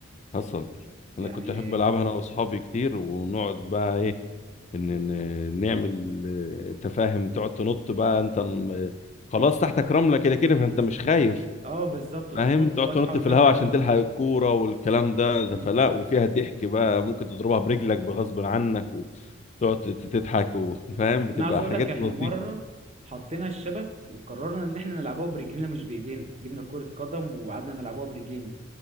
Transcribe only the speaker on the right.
يعني
اه بالظبط وتنط
بقى
تحاول
تلحق
الرولة
مم.
انا عاوز اقول
لك احنا
مره حطينا الشبك وقررنا ان احنا نلعبوها برجلينا مش بايدينا جبنا كرة قدم وقعدنا نلعبوها برجلينا